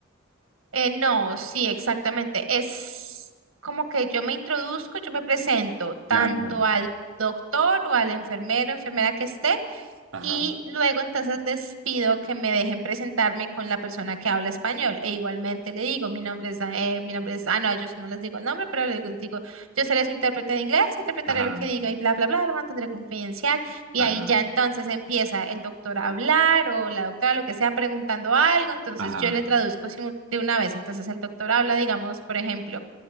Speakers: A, on the right; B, on the right.
A: Eh, no, sí, exactamente. Es como que yo me introduzco, yo me presento tanto
B: Claro,
A: al doctor o al enfermero, enfermera que esté,
B: ajá.
A: y luego entonces les pido que me dejen presentarme con la persona que habla español. E igualmente le digo, mi nombre es, da- eh, mi nombre es, ah, no, yo no les digo el nombre, pero les digo, yo seré su intérprete de inglés, interpretaré
B: Ajá,
A: lo que diga y bla, bla, bla, lo mantendré confidencial. Y
B: ajá,
A: ahí ya entonces empieza el doctor a hablar o la doctora lo que sea preguntando algo, entonces
B: ajá,
A: yo le traduzco simul- de una vez. Entonces el doctor habla, digamos, por ejemplo,